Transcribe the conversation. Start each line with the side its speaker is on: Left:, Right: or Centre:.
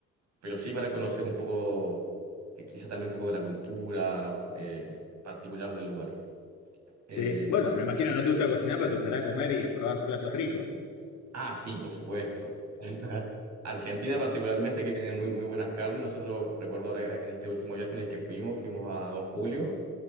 Right: pero sí para conocer un poco, eh, quizá también un poco de la cultura eh, particular del lugar. Eh,
Left: Sí, bueno, me imagino no te gusta cocinar, pero te gustará comer y probar platos ricos.
Right: ah, sí, por supuesto. <laughs> Argentina particularmente, que tiene muy, muy buenas carnes. Nosotros, recuerdo ahora en este último viaje en el que fuimos, fuimos a Don Julio